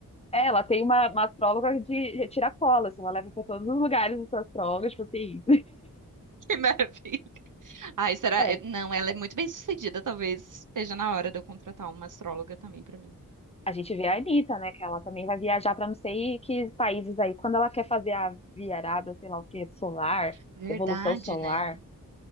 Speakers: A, on the left; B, on the right.
A: É, ela tem uma, uma astróloga de de tirar assim, ela leva para todos os lugares essa astróloga, tipo assim,
B: Que maravilha. Ai, será?
A: É.
B: eh, Não, ela é muito bem sucedida. Talvez esteja na hora de eu contratar uma astróloga também pra mim.
A: A gente vê a Anitta, né? Que ela também vai viajar para não sei que países aí. Quando ela quer fazer a virada, sei lá o que, solar,
B: Verdade,
A: evolução solar,
B: né?